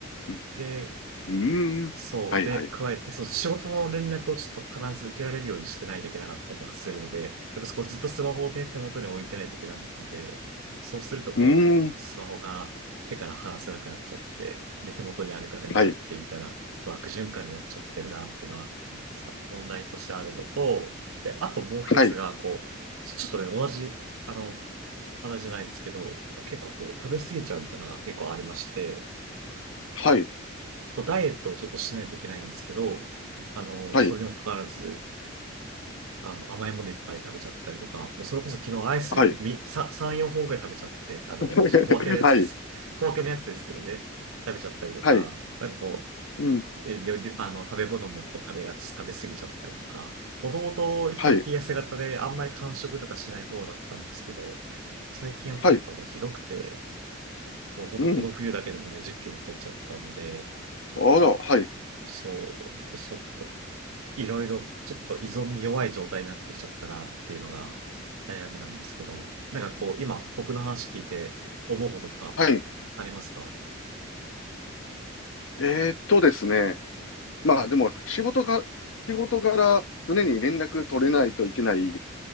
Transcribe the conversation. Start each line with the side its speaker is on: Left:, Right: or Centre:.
Left: うん、
Right: で、
Left: うーんはい、
Right: そう。で、
Left: はい。
Right: 加えて、そう、仕事の連絡をちょっと必ず受けられるようにしてないといけなかったりとかするので、やっぱこうずっとスマホをね、手元に置いてないといけないので、そうするとこう、
Left: うーん、
Right: スマホが手から離せなくなっちゃって、で、手元にあるから見ちゃってみたいな、
Left: はい、
Right: こう悪循環になっちゃってるなっていうのは、ちょっと問題としてあるのと、で、あともう一つが、
Left: はい、
Right: こう、ちょっとね、同じ、あの、話じゃないですけど、結構こう、食べ過ぎちゃうみたいなのが結構ありまして、
Left: はい、
Right: ダイエットをちょっとしないといけないんですけど、あの、
Left: はい、
Right: それにもかかわらず、あの、甘いものいっぱい食べちゃったりとか、それこそ昨日アイスみさ3、
Left: はい。
Right: 4本くらい食べちゃって、あの、
Left: <laughs>
Right: 小分けのやつです。
Left: はい、
Right: <laughs> 小分けのやつですけどね、食べちゃったりとか、
Left: はい、
Right: なんかこう、
Left: うん、
Right: え料理あの、食べ物もこう食べがち、食べ過ぎちゃったりとか、もともと比較的痩せ型であんまり間食とかしない方だったんですけど、
Left: はい、
Right: 最近は結構ひどくて、
Left: はい、
Right: もう本当この冬だけでもね、
Left: うん。
Right: 10キロ太っちゃったんで、ちょっとど、
Left: あら、はい、
Right: そう、ちょっと、いろいろ、ちょっと依存に弱い状態になってきちゃったなっていうのが悩みなんですけど、なんかこう、今、僕の話聞いて思うこととか
Left: はい。
Right: ありますか
Left: えーっとですね。まあ、でも、仕事が、仕事柄、常に連絡取れないといけない